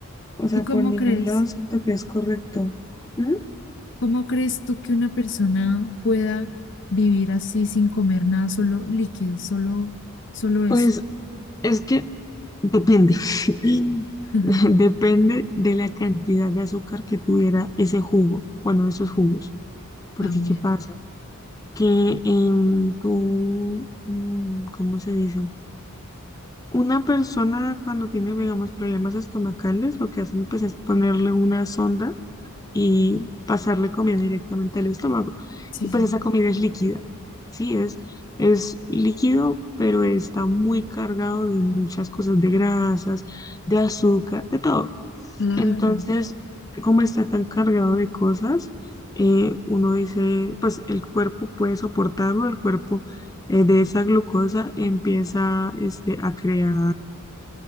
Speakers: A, on the left; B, on the left.
A: O sea,
B: ¿tú cómo
A: por ningún
B: crees?
A: lado siento que es correcto. ¿Mm?
B: ¿Cómo crees tú que una persona pueda vivir así sin comer nada, solo líquidos solo, solo eso?
A: Pues es que Depende. <laughs>
B: <laughs>
A: Depende de la cantidad de azúcar que tuviera ese jugo, bueno, esos jugos. Porque,
B: También.
A: ¿qué pasa? Que en tu, mm, ¿cómo se dice? Una persona cuando tiene, digamos, problemas estomacales, lo que hacen pues es ponerle una sonda y pasarle comida directamente al estómago.
B: Sí,
A: Y pues
B: sí,
A: esa comida es líquida, sí, es, es líquido, pero está muy cargado de muchas cosas, de grasas, de azúcar, de todo.
B: claro.
A: Entonces, como está tan cargado de cosas, eh, uno dice, pues el cuerpo puede soportarlo, el cuerpo eh, de esa glucosa empieza este, a crear